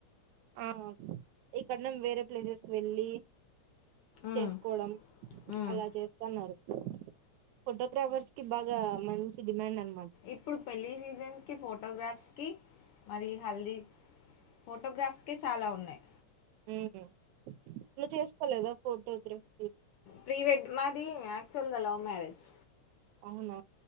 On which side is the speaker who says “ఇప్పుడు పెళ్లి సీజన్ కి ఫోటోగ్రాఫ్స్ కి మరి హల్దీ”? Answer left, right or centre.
Left